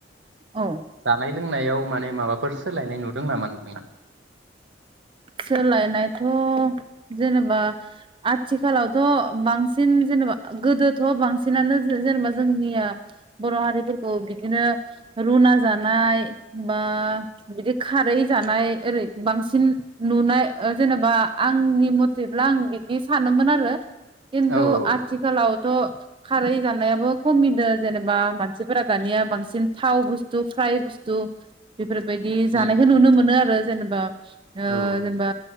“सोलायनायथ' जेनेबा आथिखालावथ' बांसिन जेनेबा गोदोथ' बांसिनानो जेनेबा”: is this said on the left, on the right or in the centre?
Right